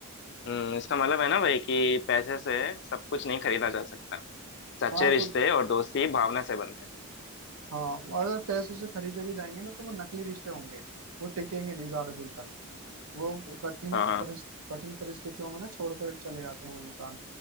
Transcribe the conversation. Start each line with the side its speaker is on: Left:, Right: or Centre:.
Left: हम्म, इसका मतलब है ना भाई कि पैसे से सब कुछ नहीं खरीदा जा सकता सच्चे
Right: हाँ
Left: रिश्ते
Right: कुछ
Left: और दोस्ती भावना से बनते हैं
Right: हाँ अगर पैसों से खरीदे भी जाएंगे ना तो वो नकली रिश्ते होंगे वो टिकेंगे नहीं ज्यादा दिन तक वो कठिन
Left: हाँ
Right: परिस, कठिन परिस्थितियों में ना छोड़कर चले जाते हैं वो इंसान